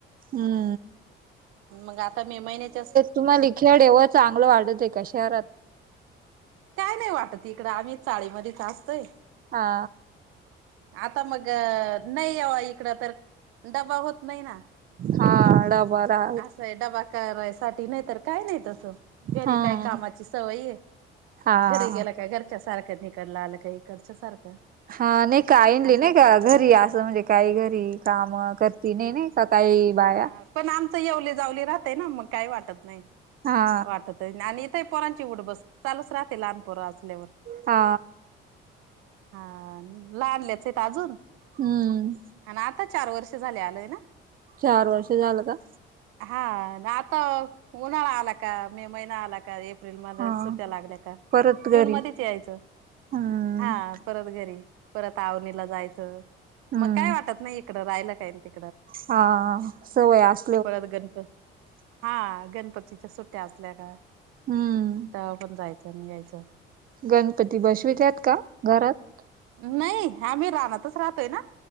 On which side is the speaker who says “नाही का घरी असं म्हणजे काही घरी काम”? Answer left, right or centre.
Right